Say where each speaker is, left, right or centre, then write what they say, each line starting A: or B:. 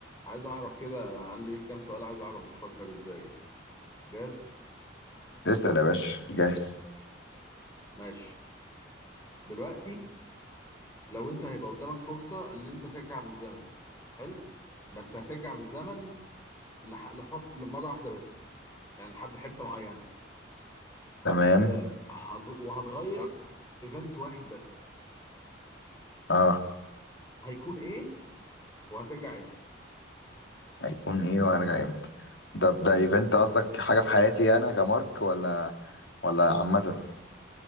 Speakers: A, on the left; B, on the left.
A: عايز اعرف كده عندي ليك كام سؤال عايز اعرف بتفكر ازاي جاهز
B: اسأل يا باشا جاهز
A: ماشي دلوقتي لو انت هيبقى قدامك فرصة ان انت ترجع بالزمن حلو بس هترجع بالزمن لح... لفط... لمرة واحدة بس يعني لحد حتة معينة هت...
B: تمام
A: هت... وهتغير ايفنت واحد بس
B: اه
A: هيكون ايه وهترجع امتى
B: هيكون ايه وهرجع امتى ده ده ايفنت قصدك حاجة في حياتي انا كمارك ولا ولا عامة